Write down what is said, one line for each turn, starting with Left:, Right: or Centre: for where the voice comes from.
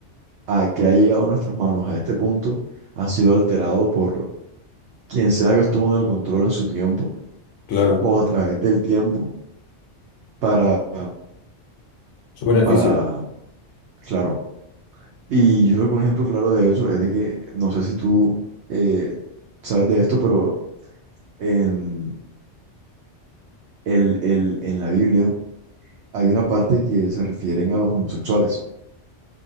Right: a que ha llegado a nuestras manos a este punto ha sido alterado por quien sea que estuvo en el control en su tiempo
Left: Claro,
Right: o a través del tiempo para,
Left: su beneficio.
Right: para, claro Y yo creo que un ejemplo claro de eso es de que, no sé si tú eh, sabes de esto, pero en, el, el- en la Biblia hay una parte que se refieren a los homosexuales